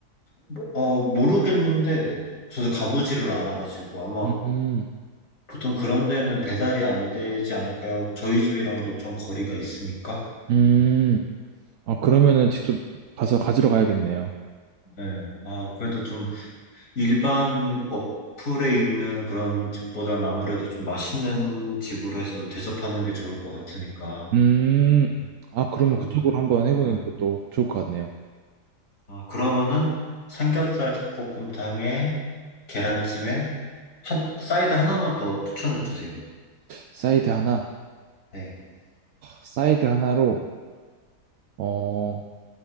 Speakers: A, on the left; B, on the right.
A: 뭐, 어, 모르겠는데, 저도 가보지를 않아가지고, 아마
B: 음, 음,
A: 보통 그런 데는 배달이 안 되지 않을까요? 저희 집이랑도 좀 거리가 있으니까.
B: 음. 아, 그러면은 직접 가서 가지러 가야겠네요.
A: 예. 아, 그래도 좀 일반 어플에 있는 그런 집보다는 아무래도 좀 맛있는 집으로 해서 좀 대접하는 게 좋을 것 같으니까.
B: 음, 아, 그러면
A: 그러면,
B: 그쪽으로 한번 해보는
A: 예.
B: 것도 좋을 것 같네요.
A: 아, 그러면은 삼겹살 닭볶음탕에 계란찜에 한, 사이드 하나만 더 추천해 주세요.
B: 사이드 하나,
A: 네.
B: 사이드 하나로, 어,